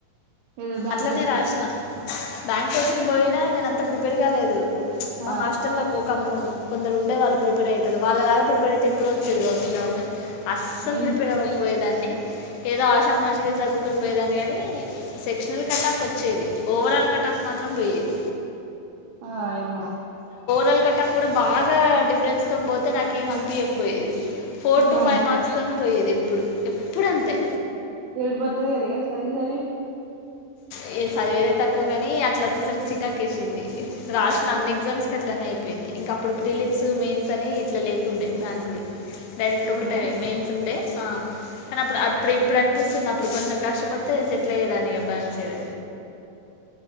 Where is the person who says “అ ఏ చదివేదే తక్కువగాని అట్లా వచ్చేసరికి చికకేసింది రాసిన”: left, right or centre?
Left